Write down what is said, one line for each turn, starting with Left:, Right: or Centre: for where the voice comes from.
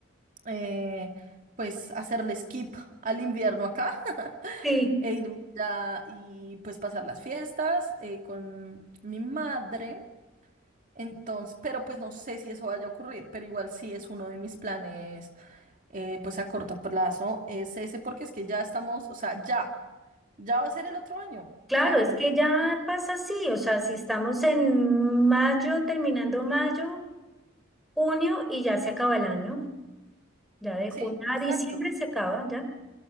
Right: eh, pues hacerle skip al invierno acá <laughs>
Centre: Sí,
Right: e irme allá y pues pasar las fiestas eh, con mi madre. Entonces, pero pues no sé si eso vaya a ocurrir, pero igual sí es uno de mis planes, eh, pues a corto plazo, es ese, porque es que ya estamos, o sea, ya, ya va a ser el otro año, o
Centre: claro,
Right: sea,
Centre: es que
Right: el-
Centre: ya pasa así, o sea, si estamos en mayo, terminando mayo, junio y ya se acaba el año, ya de
Right: sí,
Centre: junio
Right: exacto,
Centre: a diciembre se acaba, ya